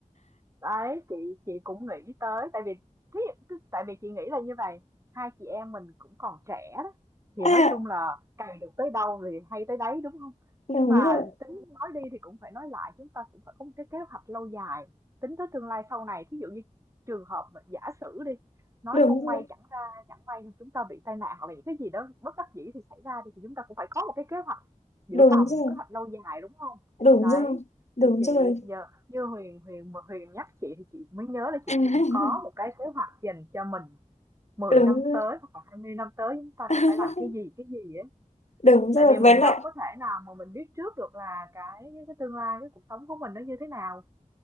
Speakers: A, on the right; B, on the left.
A: Đấy, chị chị cũng nghĩ tới tại vì thí dụ- tức- tại vì chị nghĩ là như vậy, hai chị em mình cũng còn trẻ đó thì
B: À,
A: nói chung là cày được tới đâu thì hay tới đấy đúng không?
B: đúng
A: Nhưng mà
B: rồi,
A: tính nói đi thì cũng phải nói lại chúng ta cũng phải có một cái kế hoạch lâu dài, tính tới tương lai sau này, thí dụ như trường hợp mà giả sử đi, nói
B: đúng
A: không may
B: rồi,
A: chẳng ra chẳng may chúng ta bị tai nạn hoặc là những cái gì đó bất đắc dĩ thì xảy ra đi thì chúng ta cũng phải có một cái kế hoạch dự
B: đúng
A: phòng,
B: rồi,
A: kế hoạch lâu dài đúng không?
B: đúng
A: Đấy
B: rồi, đúng
A: thì chị
B: rồi,
A: nhờ như Huyền Huyền mà Huyền nhắc chị thì chị mới nhớ là chị
B: <laughs>
A: cũng có một cái kế hoạch dành cho mình mười
B: đúng
A: năm
B: rồi,
A: tới hoặc là hai mươi năm tới chúng ta
B: <laughs>
A: sẽ phải làm cái gì cái gì ấy
B: đúng rồi,
A: tại vì mình
B: với lại
A: đâu có thể nào mà mình biết trước được là cái cái, cái tương lai cái cuộc sống của mình nó như thế nào